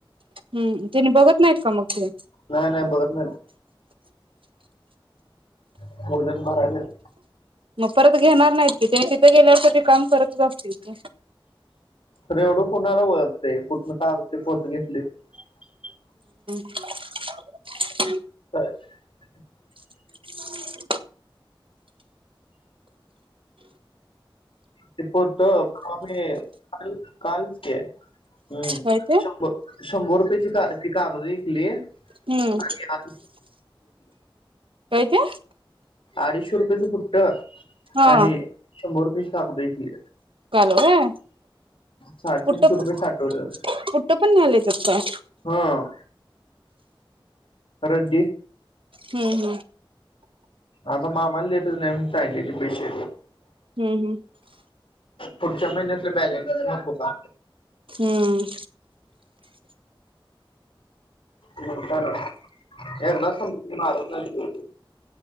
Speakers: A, on the right (about 70°); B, on the left (about 75°).
A: हम्म तेनी बघत नाहीत का मग ते
B: नाय नाय बघत नाहीत ठेवलेलं भरायच
A: मग परत घेणार नाहीत तिथे तिथे गेल्यावर कधी काम करत असतोय
B: तरी एवढं कुणाला ओळखतय कुठंन <unintelligible> पोत घेतलाय ते
A: <inaudible>
B: <unintelligible>
A: <inaudible>
B: ते पोत कवा मी काल काल की आहे हम्म
A: काय ते
B: शंभर -शंभर रुपयेची का कागदही <unintelligible>
A: हम्म
B: आनी हा
A: काय ते
B: आडीश रुपये <unintelligible>
A: हा
B: आणि शंभर रुपये चालतंय की
A: काल होय?
B: साडेतीनशे
A: कुट
B: रुपये
A: प
B: साठवलं
A: कुठं पण न्हायला येतात काय?
B: हा रद्दी
A: हम्म हम्म
B: आता मामाला देतच नाही म्हणून सांगितलय की पैशे
A: हम्म हम्म
B: पुढच्या महिन्यातलं बॅलेन्स नको का
A: हम्म
B: म्हणताना एकदाच फक्त नाराज झालती <unintelligible>